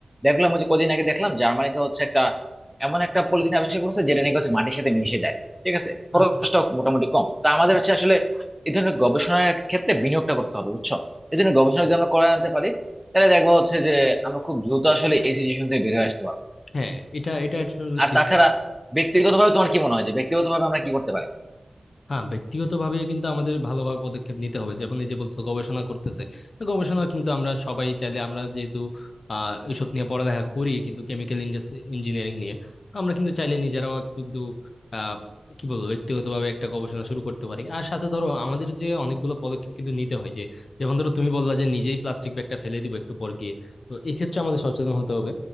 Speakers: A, in the centre; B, on the left (about 70°).
A: দেখলাম ওই যে কদিন আগে দেখলাম জার্মানিতে হচ্ছে একটা এমন একটা পলিথিন আবিষ্কার করেছে যেটা নাকি হচ্ছে মাটির সাথে মিশে যায় ঠিক আছে খরচটা
B: আচ্ছা
A: মোটামুটি কম তা আমাদের হচ্ছে আসলে এই ধরনের গবেষণার ক্ষেত্রে বিনিয়োগটা করতে হবে বুঝছো এই জন্য গবেষণা
B: হুম।
A: যদি আমরা করে আনতে পারি তাহলে দেখবো হচ্ছে যে আমরা খুব দ্রুত আসলে এই সিচুয়েশন থেকে বের হয়ে আসতে পারবো
B: হ্যাঁ এটা এটা আসলে
A: আর
B: ঠিক
A: তাছাড়া
B: বলছো
A: ব্যক্তিগতভাবে তোমার কি মনে হয় যে ব্যক্তিগতভাবে আমরা কি করতে পারি
B: হ্যাঁ ব্যক্তিগতভাবে কিন্তু আমাদের ভালোভাবে পদক্ষেপ নিতে হবে যেমন এই যে বলছো গবেষণা করতেছে তো গবেষণা কিন্তু আমরা সবাই চাইলে আমরা যেহেতু আহ এইসব নিয়ে পড়ালেখা করি কিন্তু কেমিক্যাল ইঞ্জিনিয়ারিং নিয়ে আমরা কিন্তু চাইলে নিজেরাও কিন্তু আহ কি বলবো ব্যক্তিগতভাবে একটা গবেষণা শুরু করতে পারি আর সাথে ধরো আমাদের যে অনেকগুলো পদক্ষেপ কিন্তু নিতে হয় যে যেমন ধরো তুমি বললা যে নিজেই প্লাস্টিক ব্যাগটা ফেলে দিব একটু পর গিয়ে তো এক্ষেত্রে আমাদের সচেতন হতে হবে